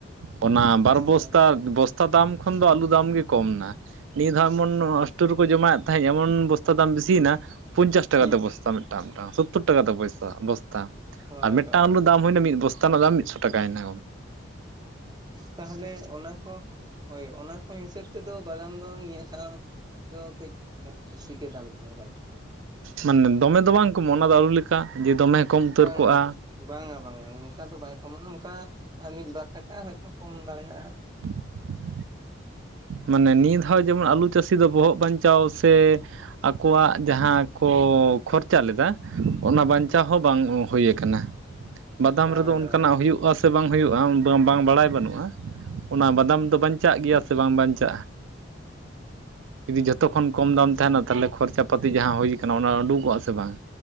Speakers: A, on the right (about 70°); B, on the right (about 20°).
A: ᱚᱱᱟ ᱵᱟᱨ
B: ᱚ
A: ᱵᱚᱥᱛᱟ
B: ᱦᱳᱭ
A: ᱵᱚᱥᱛᱟ ᱫᱟᱢ ᱠᱷᱚᱱ ᱫᱚ ᱟᱞᱩ ᱫᱟᱢ ᱜᱮ ᱠᱚᱢᱼᱱᱟ, ᱱᱤᱭᱟᱹ ᱫᱷᱟᱣ ᱮᱢᱚᱱ
B: ᱦᱩᱸ
A: ᱚᱥᱴᱚᱨ ᱨᱮᱠᱚ ᱡᱚᱢᱟᱭᱮᱫ ᱛᱟᱦᱮᱸᱫ ᱮᱢᱚᱱ ᱵᱚᱥᱛᱟ ᱫᱟᱢ ᱵᱤᱥᱤᱭᱮᱱᱟ ᱯᱚᱧᱪᱟᱥ ᱴᱟᱠᱟ
B: ᱦᱩᱸ
A: ᱛᱮ ᱵᱚᱥᱛᱟ ᱢᱤᱫᱴᱟᱝ ᱢᱤᱫᱴᱟᱝ ᱥᱳᱛᱛᱚᱨ ᱴᱟᱠᱟ ᱛᱮ ᱵᱚᱥᱛᱟ
B: ᱦᱳᱭ
A: ᱟᱨ ᱢᱤᱫᱴᱟᱝ
B: ᱦᱳᱭ
A: ᱟᱞᱩ ᱫᱟᱢ ᱦᱩᱭᱱᱟ ᱢᱤᱫ ᱵᱚᱥᱛᱟ ᱨᱮᱱᱟᱜ ᱫᱟᱢ ᱢᱤᱫᱥᱚ ᱴᱟᱠᱟᱮᱱᱟ
B: ᱛᱟᱦᱚᱞᱮ ᱚᱱᱟ ᱠᱚ ᱦᱳᱭ ᱚᱱᱟ ᱠᱚ ᱦᱤᱥᱟᱹᱵ ᱛᱮᱫᱚ ᱵᱟᱫᱟᱢ ᱫᱚ ᱱᱤᱭᱟᱹ ᱫᱷᱟᱣ ᱫᱚ ᱠᱟᱹᱡ ᱵᱮᱥᱤ ᱜᱮ ᱫᱟᱢ ᱛᱟᱦᱮ ᱠᱟᱱᱟ
A: ᱢᱟᱱᱮ ᱫᱚᱢᱮ ᱫᱚ ᱵᱟᱝ ᱠᱚᱢᱚᱜ-ᱟ ᱚᱱᱟ ᱫᱚ ᱟᱹᱞᱩ ᱞᱮᱠᱟ ᱜᱮ ᱫᱚᱢᱮ ᱠᱚᱢ ᱩᱛᱟᱹᱨ
B: <unintelligible>
A: ᱠᱚᱜᱼᱟ
B: ᱵᱟᱝᱟ ᱵᱟᱝᱟ, ᱚᱱᱠᱟ ᱫᱚ ᱵᱟᱭ ᱠᱚᱢᱟᱜ ᱚᱱᱠᱟ ᱢᱤᱫ ᱵᱟᱨ ᱴᱟᱠᱟ ᱦᱚᱭᱛᱚ ᱠᱚᱢ ᱫᱟᱲᱮᱭᱟᱜᱼᱟ ᱦᱟᱜ᱾
A: <inaudible> ᱢᱟᱱᱮ ᱱᱤᱭᱟᱹ ᱫᱷᱟᱣ ᱡᱮᱢᱚᱱ ᱟᱹᱞᱩ ᱪᱟᱹᱥᱤ ᱫᱚ ᱵᱚᱦᱚᱜ ᱵᱟᱧᱪᱟᱣ ᱥᱮ ᱟᱠᱚᱣᱟᱜ ᱡᱟᱦᱟᱸ ᱠᱚ ᱠᱷᱚᱨᱪᱟ ᱞᱮᱫᱟ, ᱚᱱᱟ ᱵᱟᱧᱪᱟᱣ ᱦᱚᱸ ᱵᱟᱝ ᱦᱩᱭᱩ ᱟᱠᱟᱱᱟ᱾ ᱵᱟᱫᱟᱢ ᱨᱮᱫᱚ
B: ᱦᱳᱭ
A: ᱚᱱᱠᱟᱱᱟᱜ
B: ᱦᱳᱭ
A: ᱦᱩᱭᱩᱜᱼᱟ ᱥᱮ ᱵᱟᱝ ᱦᱩᱭᱩᱜᱼᱟ ᱵᱟᱝ ᱵᱟᱲᱟᱭ ᱵᱟᱹᱱᱩᱜᱼᱟ, ᱚᱱᱟ ᱵᱟᱫᱟᱢ ᱫᱚ ᱵᱟᱧᱪᱟᱜ ᱜᱮᱭᱟ ᱥᱮ ᱵᱟᱝ? ᱵᱟᱧ ᱪᱟᱜᱼᱟ᱾ ᱡᱩᱫᱤ ᱡᱷᱚᱛᱚ ᱠᱷᱚᱱ ᱠᱚᱢ ᱫᱟᱢ ᱛᱟᱦᱚᱞᱮ ᱠᱷᱚᱨᱪᱟ ᱯᱟᱹᱛᱤ ᱡᱟᱦᱟᱸ ᱦᱩᱭ ᱠᱟᱱᱟ ᱚᱱᱟ ᱩᱰᱩᱠᱚᱜ ᱟ ᱥᱮ ᱵᱟᱝ?